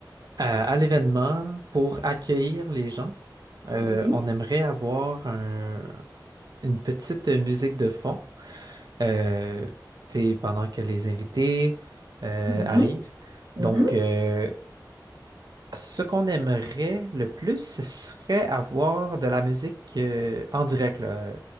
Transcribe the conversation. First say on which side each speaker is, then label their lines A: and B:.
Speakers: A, on the right (about 60°); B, on the right (about 80°).
A: à, à l'événement, pour accueillir les gens, euh,
B: Oui.
A: on aimerait avoir un une petite euh, musique de fond euh, tu sais, pendant que les invités euh,
B: Mhm,
A: arrivent.
B: mhm.
A: Donc, euh, ce qu'on aimerait le plus, ce serait avoir de la musique euh, en direct, là, euh,